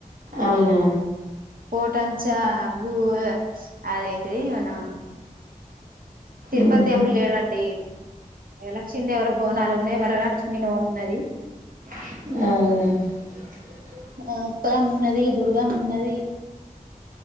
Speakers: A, on the right (about 70°); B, on the right (about 80°).
A: అవునా
B: కోట అంచా అప్పుడు అదేంటిది ఇవనా తిరుపతి
A: ఉహు
B: దేవులు లేడండి లక్ష్మీదేవర బోనాలు ఉన్నాయి ప్రలక్ష్మి నోము ఉన్నది
A: అవున
B: ఆ ఉప్పుగా ఉన్నది ముదుర్గా ఉన్నది